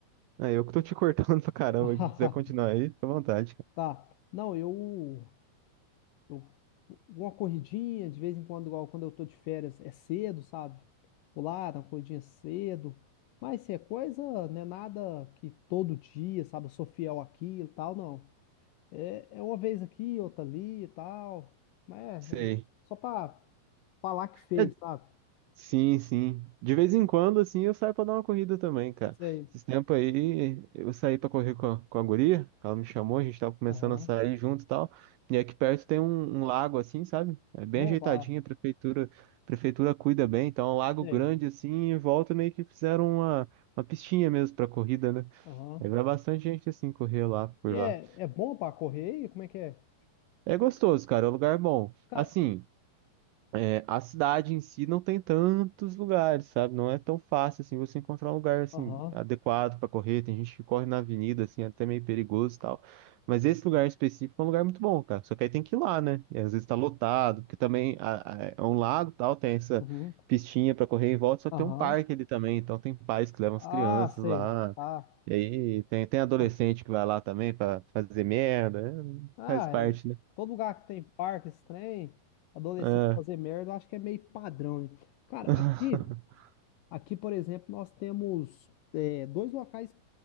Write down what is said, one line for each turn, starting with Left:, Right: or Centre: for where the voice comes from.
Right: É, eu que tô te cortando <laughs> pra caramba.
Left: <laughs>
Right: Se quiser continuar aí, fica à vontade, cara.
Left: Tá. Não, eu. Eu, uma corridinha, de vez em quando, igual quando eu tô de férias, é cedo, sabe? Vou lá, dar uma corridinha cedo. Mas se é coisa, não é nada que todo dia, sabe? Eu sou fiel àquilo e tal, não. É, é uma vez aqui, outra ali e tal. Mas
Right: Sei.
Left: é, é só pra falar que fez,
Right: É,
Left: sabe?
Right: sim, sim. De vez em quando, assim, eu saio pra dar uma corrida também, cara.
Left: Sei.
Right: Esses tempos aí, eu saí pra correr com a, com a guria. Ela me chamou, a gente tava começando
Left: Aham.
Right: a sair junto e tal. E aqui perto tem um, um lago, assim, sabe? É bem
Left: Bom
Right: ajeitadinho,
Left: pra.
Right: a prefeitura, a prefeitura cuida bem. Então, é um lago
Left: Sei.
Right: grande, assim, e em volta meio que fizeram uma, uma pistinha mesmo pra corrida, né?
Left: Aham.
Right: Aí vai bastante gente assim correr lá por
Left: E é,
Right: lá.
Left: é bom pra correr? E como é que é?
Right: É gostoso, cara, é um lugar bom.
Left: Cara.
Right: Assim, é, a cidade em si não tem tantos lugares, sabe? Não é tão fácil assim você encontrar um lugar assim
Left: Aham.
Right: adequado pra correr. Tem gente que corre na avenida assim, é até meio perigoso e tal. Mas esse lugar específico é um lugar muito bom, cara. Só que aí tem que ir lá, né? E às vezes tá lotado, porque também a- a- é um lago, e tal, tem essa
Left: Uhum.
Right: pistinha pra correr em volta, só
Left: Aham.
Right: que tem um parque ali também, então tem pais que levam
Left: Ah,
Right: as crianças
Left: sei.
Right: lá.
Left: Tá.
Right: E aí tem, tem adolescente
Left: Ah,
Right: que vai lá também pra fazer merda. é,
Left: Ah,
Right: Faz parte,
Left: é.
Right: né?
Left: Todo lugar que tem parque, esse trem, adolescente
Right: É.
Left: fazer merda, eu acho que é meio padrão, né? Cara,
Right: <laughs>
Left: aqui, aqui, por exemplo, nós temos é, dois locais,